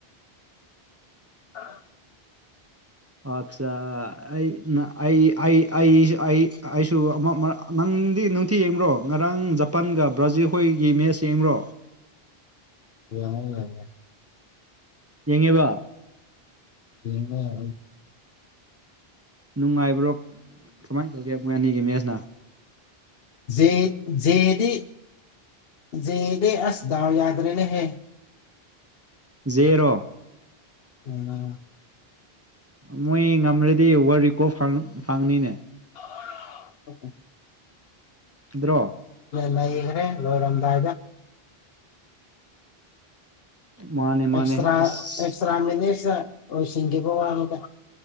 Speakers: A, on the left; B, on the right.
A: ꯑꯥ
B: ꯑꯠꯆꯥ ꯑꯩ ꯑꯩ ꯑꯩꯁꯨ ꯑꯩ ꯑꯩꯁꯨ ꯑꯃ ꯅꯪ ꯪꯗꯤ ꯅꯨꯡꯊꯤ ꯌꯦꯡꯕ꯭ꯔꯣ ꯉꯔꯥꯡ ꯖꯄꯥꯟꯒ ꯕ꯭ꯔꯥꯖꯤꯜ ꯍꯣꯏꯒꯤ ꯃꯦꯠꯁ ꯌꯦꯡꯕ꯭ꯔꯣ
A: ꯌꯥ ꯌꯥ
B: ꯌꯦꯡꯉꯦꯕ
A: ꯌꯦꯉ ꯑ
B: ꯅꯨꯡꯉꯥꯏꯕ꯭ꯔꯣ ꯀꯃꯥꯏꯅ ꯇꯧꯒꯦ ꯃꯣꯏ ꯑꯅꯤꯒꯤ ꯃꯦꯁꯅ
A: ꯦ ꯖꯦꯔꯤ ꯦꯗꯦ ꯑꯁꯗꯥꯎ ꯌꯥꯗꯔꯅ ꯍ
B: ꯖꯦꯔꯣ
A: ꯎꯝ
B: ꯃꯣꯏ ꯉꯝꯂꯗꯤ ꯋꯥ ꯔꯤꯀꯣ ꯐꯪꯅꯤꯅꯦ
A: ꯑꯣ
B: ꯭ꯔꯣꯝ
A: ꯉꯈꯦ ꯂꯣꯏꯔꯝꯗꯥꯗ
B: ꯃꯥꯅꯦ ꯃꯥꯅꯦ
A: ꯑꯦꯁ ꯔꯥ
B: ꯑꯁ
A: ꯑꯦꯁ ꯔꯥꯅꯤ ꯑꯣꯁꯤ ꯄꯔꯗ